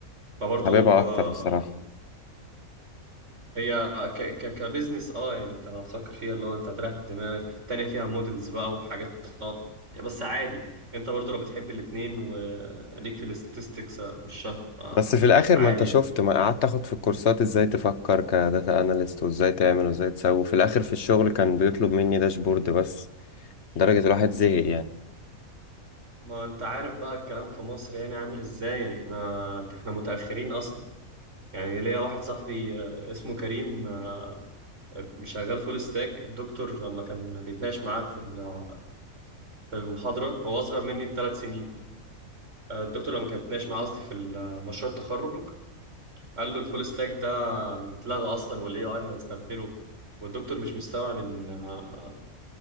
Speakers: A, on the right; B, on the left.
A: فبرضو
B: حاببها اكتر
A: آه،
B: بصراحة
A: هي ك ك كبزنس أه يعني أنت لو تفكر فيها اللي هو أنت هتريح دماغك في التانية فيها مودلز بقى وحاجات تقعد- بس عادي أنت برضو لو بتحب الاتنين وليك في الاستاتستكس خشها
B: بس في الاخر
A: فعادي
B: ما انت
A: يعني
B: شفت ما قعدت اخد في الكورسات ازاي تفكر كداتا اناليست وازاي تعمل وازاي تسوي في الاخر في الشغل كان بيطلب مني داشبورد بس لدرجة الواحد زهق يعني
A: ما أنت عارف بقى الكلام في مصر يعني عامل إزاي يعني إحنا إحنا متأخرين أصلا يعني ليا واحد صاحبي آه، اسمه كريم آه، شغال فول ستاك الدكتور لما كان بيتناقش معاه في ال- في المحاضرة هو أصغر مني بثلاث سنين آه، الدكتور لما كان بيتناقش معاه قصدي في ال- آه، مشروع التخرج قال له الفول ستاك ده متلغى أصلا والاي اي هيستبدله والدكتور مش مستوعب ان آه،